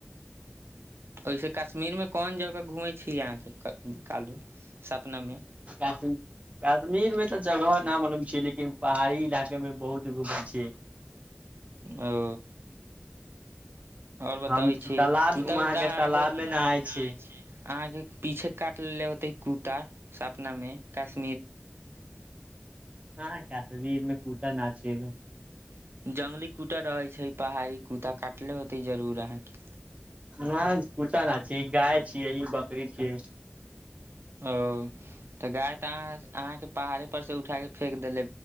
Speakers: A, on the right; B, on the right.
A: <inaudible> ओहि से काश्मीरमे कोन जगह घूमैत छी अहाँके काल्हू सपनामे
B: काश काश्मीर मे तऽ जगह न मलूम छै लेकिन लेकिन पहाड़ी इलाकेमे बहुत घूमैय छियै
A: ओ आओर बताबै
B: हम
A: छी
B: तालाब
A: कुता
B: वहाँ
A: उता अहाँ
B: तालाब
A: के तलाबमे
B: मे नहाय
A: नहाइ
B: छी
A: छिये आहाँ के पीछे काट लेलेे होतै कुता सपनामे काश
B: हँ काश्मीरमे कुता ना छिये ग
A: जंगली कुता रहै छै पहाड़ी कुता काटले होतै जरूर अहाँके
B: ना कुता ना छिये गाय छिये बकरी छिये
A: ओ तऽ गाय तऽ अह अहाँके पहाड़े पर से उठा के फेेक देेले